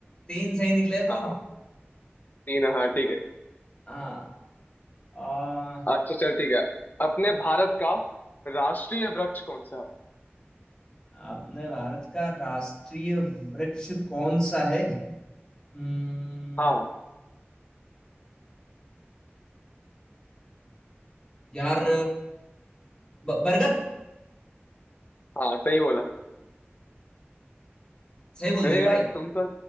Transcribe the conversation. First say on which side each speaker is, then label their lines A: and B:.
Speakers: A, on the left; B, on the left.
A: तीन सही निकले ब्रो
B: हाँ तीन हाँ ठीक है
A: हाँ आ,
B: अच्छा चल ठीक है अपने भारत का राष्ट्रीय वृक्ष कौन सा है?
A: अपने भारत का राष्ट्रीय वृक्ष कौन सा है हम्म
B: हाँ
A: यार ब- बरगद
B: हाँ सही बोला
A: सही बोल
B: अरे
A: दिया क्या
B: यार
A: भाई
B: तुम तो